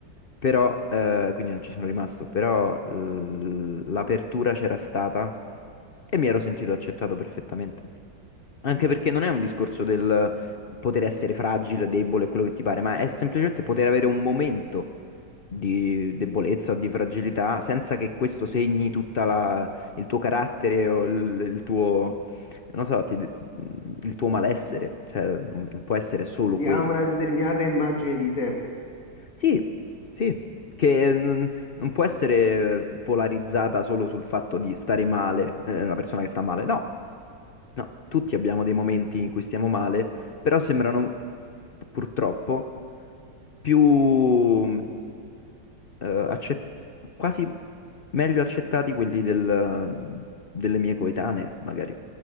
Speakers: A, on the left; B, on the left.
A: però, eh, quindi non ci sono rimasto, però l- l'apertura c'era stata e mi ero sentito accettato perfettamente. Anche perché non è un discorso del poter essere fragile, debole, quello che ti pare, ma è semplicemente poter avere un momento di debolezza o di fragilità senza che questo segni tutta la, il tuo carattere o il, il tuo, non so, ti- il tuo malessere. Cioè, non può essere solo
B: Di-
A: quello.
B: Ha una determinata immagine di te.
A: Sì, sì, che mm, non può essere polarizzata solo sul fatto di stare male, eh, una persona che sta male. No, no, tutti abbiamo dei momenti in cui stiamo male, però sembrano purtroppo più mm, eh, accet- quasi meglio accettati quelli del- delle mie coetanee, magari,